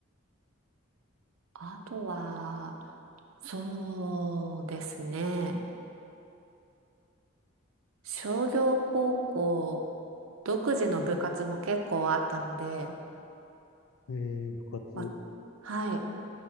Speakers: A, on the right; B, on the left.
A: あとは、そうですね。商業高校、独自の部活も結構あったので、
B: い。えー、部活、
A: わはい。